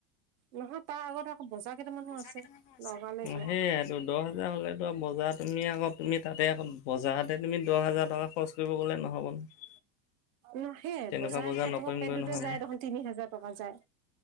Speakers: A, on the right; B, on the left.
A: নহয় তাৰ আগত আকৌ বজাৰ কেইটামানো
B: সেইয়েটো।
A: আছে নগাঁওলৈ যোৱা
B: দহ হেজাৰ হ'লেতো আৰু বজাৰ তুমি আকৌ তুমি তাতে আকৌ বজাৰতে তুমি দহ হাজাৰ টকা খৰচ কৰিব গ'লে নহ'ব। নহয়
A: নাহে
B: তেনেকুৱা
A: বজাৰত
B: বজাৰ
A: এতিয়া
B: নকৰিমগৈ
A: তোমাক পেণ্টটোৱে
B: নহয়
A: যায়
B: মই
A: দেখোন। তিনি হাজাৰ টকা যায়